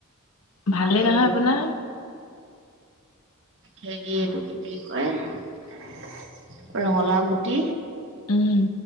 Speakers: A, on the left (about 85°); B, on the right (about 60°).
A: ভালেই
B: আৰু
A: নহয় আপোনাৰ?
B: হেৰি এইটো কি বুলি কয় ৰঙালাও গুটি-
A: উম।